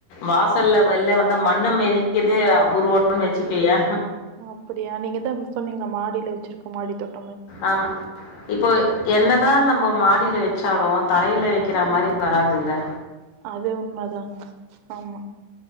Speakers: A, on the left; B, on the right.
A: வாசல்ல வெள்ல வந்தா மண்ண மிதிக்குறது அபூர்வோன் வெச்சுக்கோயே
B: அப்டியா நீங்கதா சொன்னீங்களாமா மாடில வெச்சுருக் க்கு மாடி தோட்
A: ஆமா இப்போ என்னதா நம்ப மா தொட்டில வெச்சாலு தரையில வெக்கிற
B: ஆ
A: மாரி வராதுல்ல
B: அது உண்மதான் ஆமா